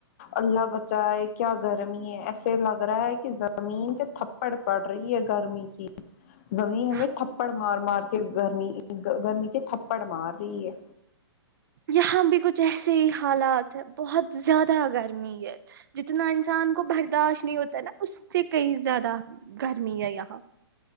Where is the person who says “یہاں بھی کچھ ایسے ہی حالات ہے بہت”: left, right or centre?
Right